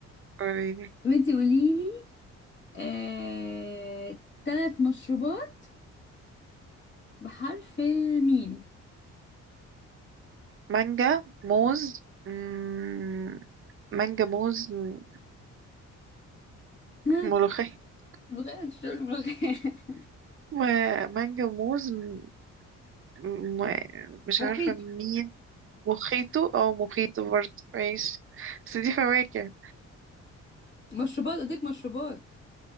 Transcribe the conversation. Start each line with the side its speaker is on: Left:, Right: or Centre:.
Right: قوليلي
Left: طب انت قولي لي آه... ثلاث مشروبات بحرف الميم
Right: مانجا موز مم، مانجا موز م-
Left: ها
Right: ملوخية <laughs>
Left: ملوخية تشرب الملوخية <laughs>
Right: و- مانجا موز م- م- مش
Left: مخيط
Right: عارفة مين مخيطه اه مخيطه برضه ماشي بس دي فواكه
Left: مشروبات اديك مشروبات